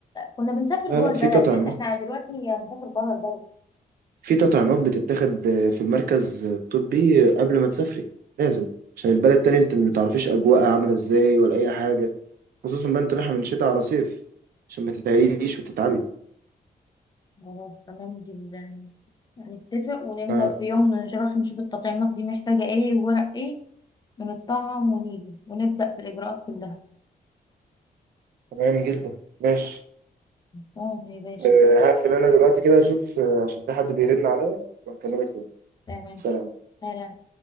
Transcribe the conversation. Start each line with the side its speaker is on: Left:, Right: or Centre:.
Left: كنا بنسافر
Right: لا
Left: جوه
Right: لا
Left: البلد
Right: في تطعيمات
Left: احنا دلوقتي هنسافر بره البلد
Right: في تطعيمات بتتاخد آه، في المركز الطبي آه، قبل ما تسافري لازم عشان البلد التانية انت ما تعرفيش اجواءها عاملة ازاي ولا اي حاجة خصوصا بقى انت رايحة من شتاء على صيف عشان ما تتعيش وتتعبي
Left: خلاص تمام جدا نتفق وننزل
Right: آه،
Left: في يوم نروح نشوف التطعيمات دي محتاجه ايه وورق ايه بنطعم ونيجي ونبدأ في الإجراءات كلها
Right: تمام جدا ماشي
Left: صوم يا باشا
Right: آه، هقفل انا دلوقتي كده اشوف آه، عشان في حد بيرن عليا وهكلمك تاني
Left: تمام
Right: سلام
Left: سلام